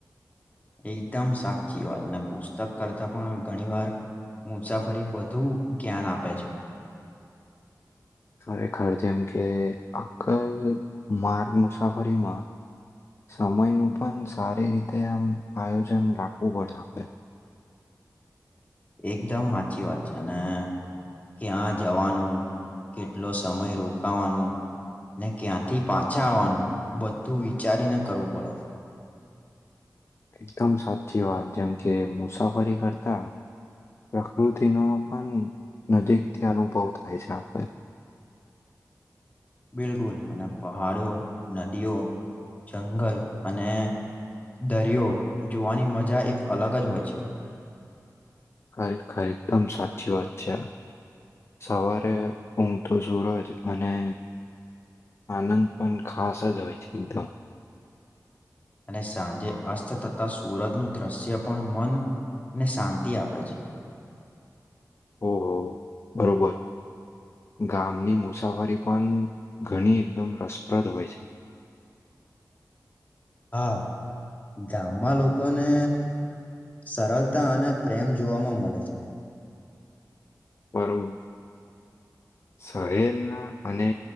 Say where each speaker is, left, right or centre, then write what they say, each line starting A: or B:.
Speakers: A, on the left (about 25°); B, on the left (about 40°).
A: એકદમ સાથીીઓ પુસ્તક કરતા, પણ ઘણી વાર મુસાફરી ભદુ જ્ઞાન આપે છે.
B: <inaudible> ખરેખર જેમ કે અક્કલ માર્ગ મુસાફરીમાં સમયનું પણ સારી રીતે આમ આયોજન રાખવું પડશે આપણે.
A: એકદમ સાચી વાત છે ને. ક્યાં જવાનું કેટલો સમય રોકાવાનું. ને ક્યાંથી પાછા આવવાનું બધું વિચારીને કરવું પડે.
B: એકદમ સાચી વાત જેમ કે મુસાફરી કરતા પ્રકૃતિનો પણ નજીકથી અનુભવ થાય છે આપણે
A: બિલકુલ અને પહાડો નદીઓ જંગલ અને દરિયો જોવાની મજા એક અલગ જ હોય છે.
B: ખરેખર એકદમ સાચી વાત છેઆ. સવારે ઊંઘતો સૂરજ અને આનંદ પણ ખાસ જ હોય છે એકદમ.
A: અને સાંજે અસ્ત થતા સુરજનું દ્રશ્ય પણ મન ને શાંતિ આપે છે.
B: ઓહો બરોબર. ગામની મુસાફરી પણ ઘણી એકદમ રસપ્રદ હોય છે. <inaudible>
A: હા ગામમાં લોકોને સરળતા અને પ્રેમ જોવામાં મળે છે.
B: માારમ. શહેરના અને